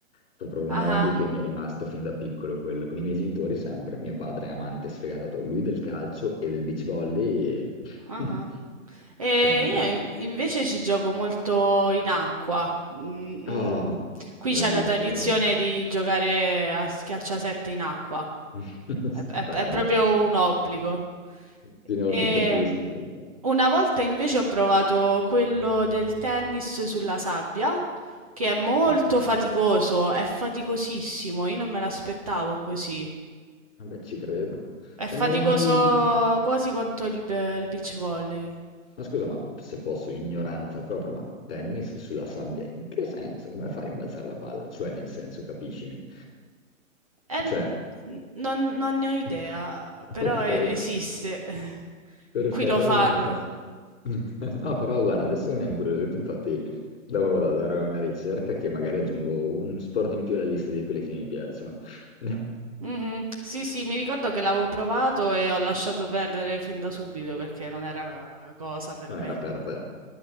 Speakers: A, on the left; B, on the right.
A: Proprio un
B: aha,
A: hobby che mi è rimasto fin da piccolo, quello con i miei genitori sempre. Mio padre è amante sfegatato, lui del calcio e del beach volley, e-
B: aha.
A: <laughs>
B: E
A: sempre.
B: io in- invece ci gioco molto in acqua. Mm,
A: Oh,
B: mm. Qui
A: bello,
B: c'è la tradizione
A: cavolo.
B: di giocare a schiacciasette in acqua.
A: <laughs>
B: È,
A: Stupendo.
B: è- è proprio un obbligo.
A: Sì, no,
B: E
A: ti capisco. in verità.
B: una volta invece ho provato quello del tennis sulla sabbia, che è molto
A: Ok.
B: faticoso, è faticosissimo, io non me l'aspettavo così.
A: Vabbè, ci credo.
B: È faticoso
A: E non l'ho mai...
B: quasi quanto il, be- il beach volley.
A: Ma scusa, ma se posso, ignoranza proprio, ma tennis sulla sabbia, in che senso? Come fare a rimbalzare la palla? Cioè, nel senso, capiscimi.
B: Eh,
A: Cioè,
B: n- non, non ne ho idea,
A: <laughs>
B: però
A: ok,
B: e- esiste. <laughs>
A: perfetto,
B: Qui lo fanno.
A: non hai fatto. <laughs> No, però guarda, adesso mi ha incuriosito, infatti dopo vado a dare una ricerca che magari aggiungo un sport in più alla lista di quelli che mi piacciono. <laughs>
B: Mhm. Sì, sì, mi ricordo che l'avevo provato e ho lasciato perdere fin da subito perché non era cosa per
A: Non
B: me.
A: era per te.